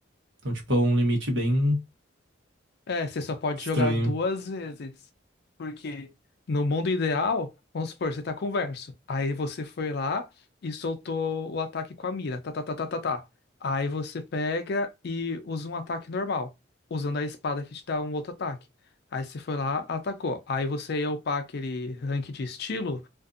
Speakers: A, on the right; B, on the left.
A: Então, tipo, é um limite bem
B: É, você só pode
A: estranho.
B: jogar duas vezes. Porque no mundo ideal, vamos supor, você tá com o verso. Aí você foi lá e soltou o ataque com a mira. Tá, tá, tá, tá, tá, tá. Aí você pega e usa um ataque normal, usando a espada que te dá um outro ataque. Aí você foi lá, atacou. Aí você ia upar aquele rank de estilo